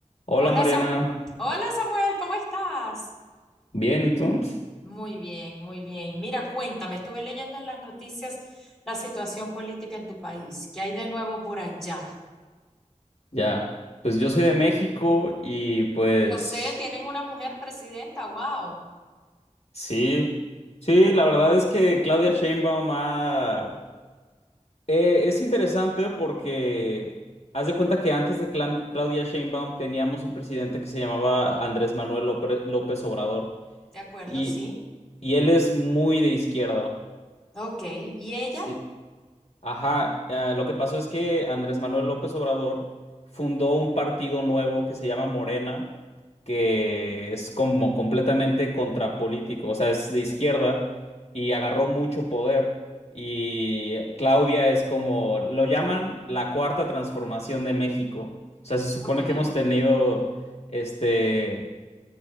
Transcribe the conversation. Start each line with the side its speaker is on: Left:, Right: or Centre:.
Left: Hola
Centre: Hola,
Left: Mariana,
Centre: Sam- Hola Samuel, ¿cómo estás?
Left: bien, ¿y tú?
Centre: Muy bien, muy bien. Mira, cuéntame, estuve leyendo en las noticias la situación política en tu país. ¿Qué hay de nuevo por allá?
Left: Ya, pues yo soy de México y pues
Centre: Lo sé, tienen una mujer presidenta, wow.
Left: sí, sí, la verdad es que Claudia Sheinbaum ha- eh, es interesante porque haz de cuenta que antes de Cla- Claudia Sheinbaum teníamos un presidente que se llamaba Andrés Manuel López López Obrador
Centre: De acuerdo,
Left: y,
Centre: sí.
Left: y él es muy de izquierda.
Centre: Ok, ¿y ella?
Left: Sí, Ajá, eh, lo que pasó es que Andrés Manuel López Obrador fundó un partido nuevo que se llama Morena, que es como completamente contrapolítico, o sea, es de izquierda y agarró mucho poder. Y Claudia es como, lo llaman la cuarta transformación de México. O sea, se supone
Centre: Ok,
Left: que hemos tenido este